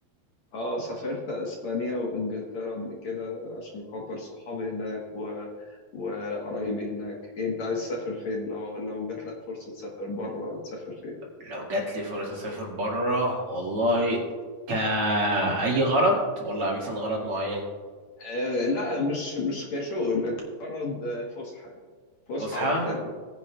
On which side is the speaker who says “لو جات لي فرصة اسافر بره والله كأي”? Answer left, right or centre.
Right